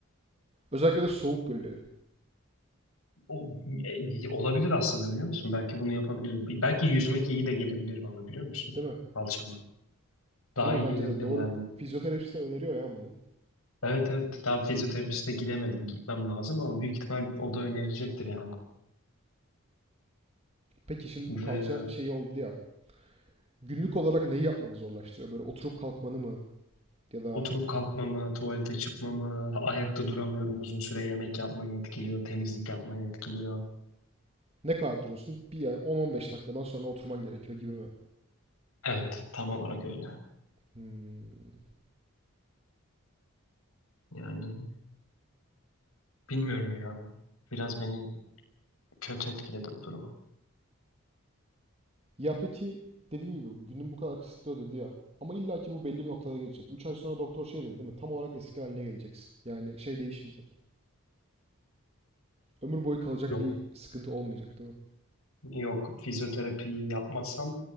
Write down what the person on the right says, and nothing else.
Özellikle de soğuk göllerin.
Değil mi?
Değil
mi? Bence
de doğru.
Fizyoterapistler öneriyor ya bunu.
Peki şimdi
bu kalça şeyi oldu ya. Günlük olarak neyi yapmanı zorlaştırıyor? Böyle oturup kalkmanı mı? Ya da
ne kadar duruyorsun? Bir ay 10-15 dakikadan sonra oturman gerekiyor gibi mi?
Hmm.
Ya peki dediğim gibi günün bu kadar kısıtlı dedi ya. Ama illa ki bu belli bir noktada gelecek. 3 ay sonra doktor şey dedi değil mi? Tam olarak eski haline geleceksin. Yani şey değişmeyecek. Ömür boyu kalacak
bir sıkıntı olmayacak değil mi?